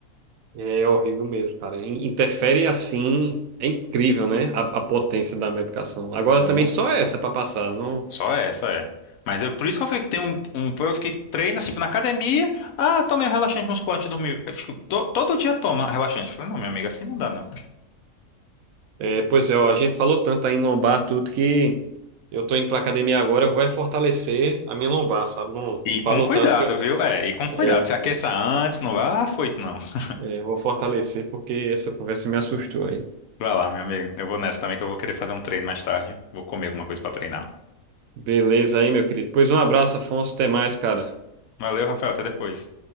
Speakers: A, on the right; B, on the left.
A: É horrível mesmo, cara. In- Interfere assim, é incrível, né? A, a potência da medicação. Agora
B: Muito,
A: também só
B: pô.
A: essa para passar. Não,
B: Só essa é. Mas é por isso que eu falei que tem um, um povo que treina, tipo, na academia. Ah, tomei um relaxante musculante e dormi. Eu fico, to- todo dia toma relaxante. Eu Falei, não, minha amiga, assim não dá, não.
A: é, pois é, ó, a gente falou tanto aí em lombar, tudo que eu tô indo pra academia agora, eu vou é fortalecer a minha lombar, sabe? Não
B: E com
A: falou
B: cuidado,
A: tanto que eu,
B: viu? É, e com cuidado.
A: é,
B: Se aqueça antes, não vá, ah, foi, não. <laughs>
A: é, eu vou fortalecer porque essa conversa me assustou aí.
B: Vai lá, meu amigo. Eu vou nessa também, que eu vou querer fazer um treino mais tarde. Vou comer alguma coisa pra treinar.
A: Beleza aí, meu querido. Pois um abraço, Afonso. Até mais, cara.
B: Valeu, Rafael, até depois.